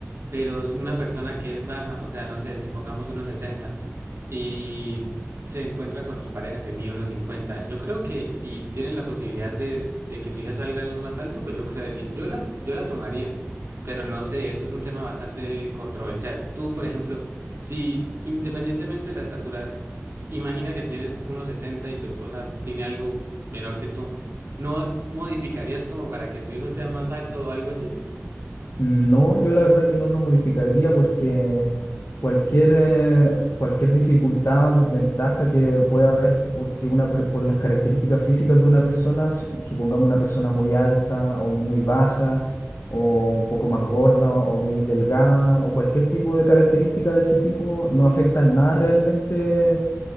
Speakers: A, on the right; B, on the left.
A: pero es una persona que es baja, o sea, no sé, supongamos unos 60 y se encuentra con su pareja que mide unos 50. Yo creo que si tienen la posibilidad de, de que su hija salga algo más alto, pues yo creería, yo la, yo la tomaría, pero no sé, eso es un tema bastante controversial. Tú, por ejemplo, si independientemente de la estatura, imagina que tienes unos 60 y tu esposa tiene algo menor que tú, ¿no modificarías como para que tu hijo sea más alto o algo así?
B: No, yo la verdad que no lo modificaría porque cualquier, eh, cualquier dificultad o desventaja que pueda haber porque una, per- por las características físicas de una persona, s- supongamos una persona muy alta o muy baja o un poco más gorda o muy delgada o cualquier tipo de característica de ese tipo, no afecta en nada realmente,